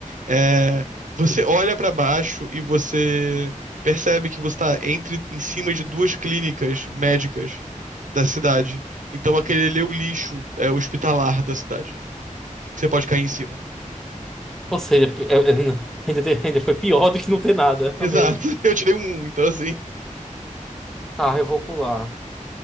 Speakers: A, on the right (about 70°); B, in the centre.
A: É, você olha pra baixo e você percebe que você tá entre, em cima de duas clínicas médicas da cidade. Então aquele ali é o lixo é, hospitalar da cidade. Você pode cair em cima.
B: Ou seja, pi- é- é- ainda, tem- ainda foi pior do que não ter nada.
A: Exato,
B: Amei.
A: <laughs> eu tirei um 1, então assim,
B: Tá, eu vou pular.